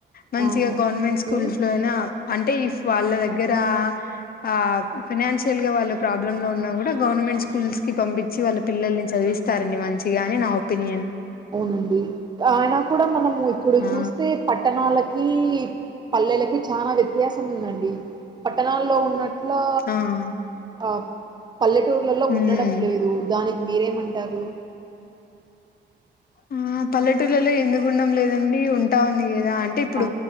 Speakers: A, on the left; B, on the right.
A: మంచిగా
B: ఆ!
A: గవర్నమెంట్
B: ఓకే.
A: స్కూల్స్ లో అయినా అంటే ఈ వాళ్ళ దగ్గర ఆ ఫన్షియల్గా వాళ్ళ ప్రాబ్లమ్ లో ఉన్నా కూడా గవర్నమెంట్
B: అవును.
A: స్కూల్స్ కి పంపించి వాళ్ళ పిల్లల్ని చదివిస్తారండి
B: అవును.
A: మంచిగా అని నా ఒపీనియన్
B: అవునండి ఆయన కూడా మనము ఇప్పుడు
A: ఆ
B: చూస్తే పట్టణాలకు కి పల్లెలకి చాలా వ్యత్యాసం ఉందండి పట్టణాల్లో ఉన్నట్టు లో
A: ఆ
B: అపు పల్లెటూర్లలో
A: ఉమ్
B: ఉండడం లేదు దానికి మీరేమంటారు
A: ఆ పల్లెటూళ్లలో ఎందుకు ఉండడం లేదండి ఉంటా ఉంది కదా అంటే ఇప్పుడు
B: ఆ!